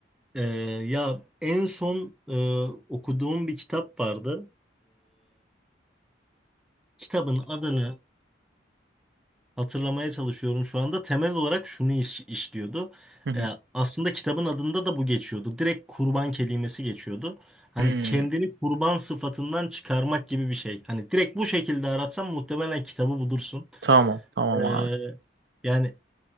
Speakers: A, in the centre; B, on the right.
A: Ee, ya en son e, okuduğum bir kitap vardı. Kitabın adını hatırlamaya çalışıyorum şu anda. Temel olarak şunu iş- işliyordu.
B: Hı hı.
A: Ee, aslında kitabın adında da bu geçiyordu. Direkt kurban kelimesi geçiyordu. Hani
B: Hmm,
A: kendini kurban sıfatından çıkarmak gibi bir şey. Hani direkt bu şekilde aratsan muhtemelen kitabı bulursun.
B: tamam tamam
A: Ee,
B: abi.
A: yani